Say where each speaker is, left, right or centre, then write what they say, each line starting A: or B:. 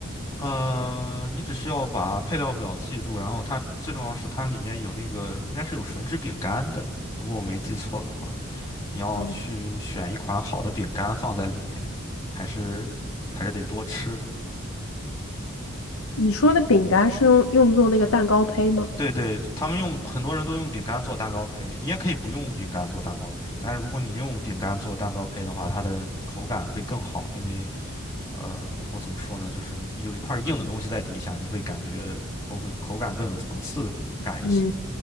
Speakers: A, on the left; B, on the left.
A: 呃，你只需要把配料表记住，然后它最重要是它里面有那个应该是有吮指饼干的，如果我没记错的话，你要去选一款好的饼干放在里面，
B: 嗯，
A: 还是还是得多吃的。
B: 你说的饼干是用用做那个蛋糕胚吗？
A: 对对，他们用很多人都用饼干做蛋糕胚，你也可以不用饼干做蛋糕胚，但是如果你用饼干做蛋糕胚的话，它的口感会更好，因为呃，我怎么说呢，就是你有一块硬的东西在底下，你会感觉口感口感更有层次感一些。
B: 嗯，